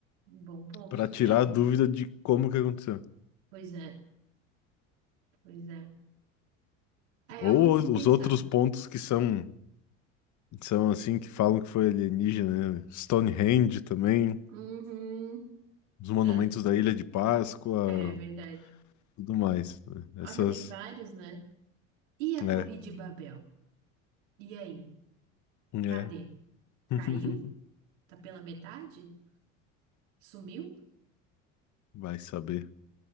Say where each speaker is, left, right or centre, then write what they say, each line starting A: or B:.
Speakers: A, on the right; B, on the left.
A: bom ponto
B: para
A: também.
B: tirar a dúvida de como que aconteceu.
A: Pois é, pois é. É
B: Ou
A: algo a
B: os
A: se pensar.
B: outros pontos que são são assim que falam que foi alienígena, né? Stonehenge também.
A: Uhum.
B: os monumentos
A: É,
B: da Ilha de Páscoa,
A: é verdade.
B: tudo mais. né? Essas.
A: Nossa, tem vários, né? E a
B: É,
A: Torre de Babel? E aí? Cadê?
B: é. <laughs>
A: Caiu? Tá pela metade? Sumiu?
B: Vai saber.